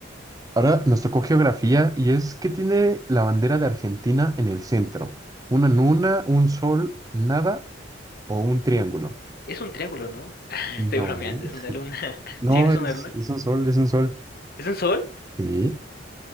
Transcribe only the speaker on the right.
Ahora nos tocó geografía y es que tiene la bandera de Argentina en el centro. Una luna, un sol, nada o un triángulo.
No,
no
es,
es un sol, es un sol.
Sí,